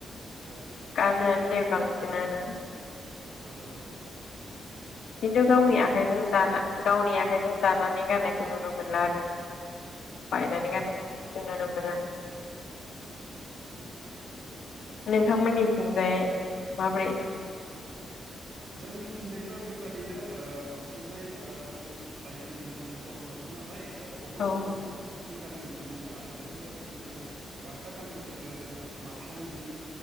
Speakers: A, on the right; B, on the left.
A: औ औ
B: गानोआानो दे बांसिनानो
A: औ औ
B: खिन्थु
A: दायो
B: गावनि
A: बेफोरखौ
B: आखाइजों
A: जोङो
B: दाना गावनि आखाइजों दानानै गाननायखौ नुनो मोनला आरो बायनानै
A: औ
B: गाननाय जों नुनो मोनो।
A: उम।
B: नोंथांमोननिथिंजाय माब्रै
A: जोंनिथिंजायबो बेबादिनो ओ बांसिनहाय ओ जों दायो नुनो मोनो गरम बोथोर नालाय ओ अग्रं
B: औ
A: दख'नाखौ बांसिन गाननाय नुनो मोनो आरो बे बेजों लोगोंसे जोङो गामा गान्नायनि बेलायाव जोङो मा थानि जि